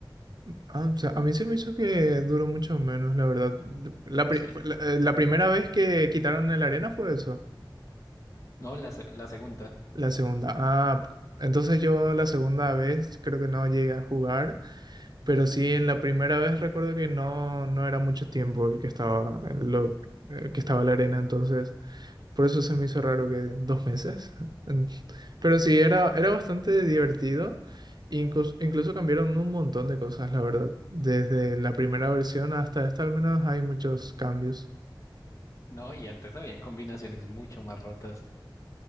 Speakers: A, on the right; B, on the left.
A: Ah, o sea, a mí se me hizo que duró mucho menos, la verdad. La, pri-
B: ¿Sí?
A: la- eh, la primera vez que quitaron el arena fue eso.
B: No, la, se- la segunda.
A: La segunda. Ah, entonces yo la segunda vez creo que no llegué a jugar, pero sí en la primera vez recuerdo que no, no era mucho tiempo el que estaba, lo, eh, que estaba la arena, entonces. Por eso se me hizo raro que dos meses. En- Pero sí, era, era bastante divertido. Incluso, incluso cambiaron un montón de cosas, la verdad. Desde la primera versión hasta esta, al menos hay muchos cambios.
B: No, y antes habían combinaciones mucho más rotas.